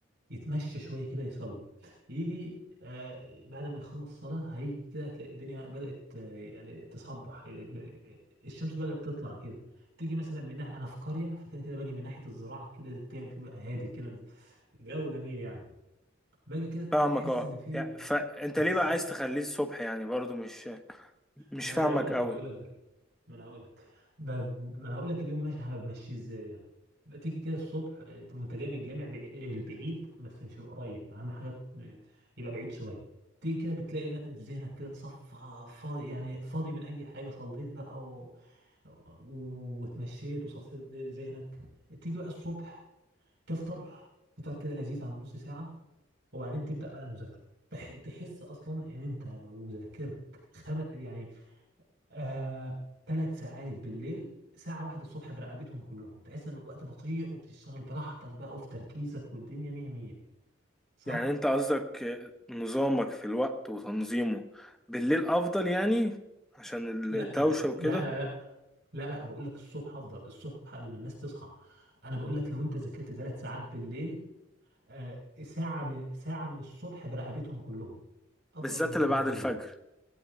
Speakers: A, on the right (about 65°); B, in the centre.
A: يتمشى شوية كده يصلي يجي آه بعد ما يخلص صلاة هيجي كده هتلاقي الدنيا بدأت آه، يعني تصبح آه، الشمس بدأت تطلع كده تيجي مثلا من ناحية أنا في قرية فكده كده باجي من ناحية الزراعة كده الدنيا بتبقى هادي كده جو جميل يعني باجي كده
B: فاهمك
A: تحس
B: اه
A: ان في
B: يا- فأنت
A: بتص...
B: ليه بقى عايز تخليه الصبح يعني برضو مش مش
A: ما
B: فاهمك
A: انا بقول لك
B: أوي
A: ما انا بقول لك ده ما انا هقول لك ب... ما انا هقول لك اليوم ماشي همشيه ازاي يعني تيجي كده الصبح انت وانت جاي من الجامع بعي- البعيد بس مش القريب اهم حاجه يبقى بعيد شويه تيجي كده بتلاقي ن- ذهنك كده اتصفى فاضي يعني فاضي من اي حاجه صليت بقى و... و- واتمشيت وصفيت ذهنك تيجي بقى الصبح تفطر فطار كده لذيذ عن نص ساعه وبعدين تبدأ بقى المذاكرة تح- تحس أصلا إن أنت وذاكرت خم... يعني آه... ثلاث ساعات بالليل ساعة واحدة الصبح برقبتهم كلهم تحس إن الوقت بطيء وبتشتغل براحتك بقى وفي تركيزك والدنيا مية مية صح؟
B: يعني انت قصدك نظامك في الوقت وتنظيمه بالليل افضل يعني عشان
A: لا
B: الدوشة
A: ب... لا
B: وكده
A: لا لا لا لا بقول لك الصبح أفضل الصبح قبل ما الناس تصحى أنا بقول لك لو أنت ذاكرت ثلاث ساعات بالليل آه... ساعة من... ساعة من الصبح برقبتهم كلهم أفضل
B: بالذات
A: من الثلاثة
B: اللي بعد الفجر
A: دول